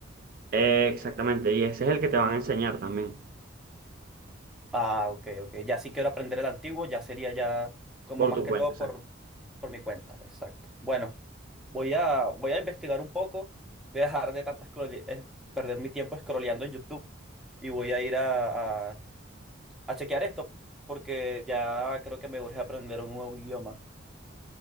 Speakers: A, on the right; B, in the centre.
A: Eh, exactamente, y ese es el que te van a enseñar también
B: Ah, ok, ok. Ya si quiero aprender el antiguo, ya sería ya como
A: por
B: más
A: tu
B: que
A: cuenta.
B: todo por, por mi cuenta. Exacto. Bueno, voy a, voy a investigar un poco. Voy a dejar de tanto scrolle- eh, perder mi tiempo scrolleando en YouTube y voy a ir a, a, a chequear esto porque ya creo que me urge aprender un nuevo idioma.